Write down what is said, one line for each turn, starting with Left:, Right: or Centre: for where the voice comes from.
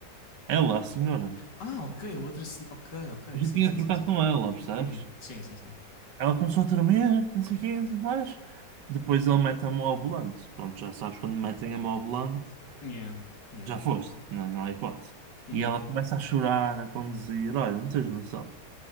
Right: ela, a senhora.
Left: Ah, ok, a outra senhora. Ok, ok,
Right: Eu já
Left: sim,
Right: tinha
Left: sim,
Right: trocado
Left: sim, sim.
Right: com ela, percebes?
Left: Uhum, Sim, sim, sim.
Right: Ela começou a tremer, não sei o quê, não sei o que mais. Depois ele mete a mão ao volante. Pronto, já sabes, quando metem a mão ao volante,
Left: Yeah, yeah.
Right: já foste, não, não há hipótese.
Left: Uhum.
Right: E ela começa a chorar, a conduzir, olha, não tens noção.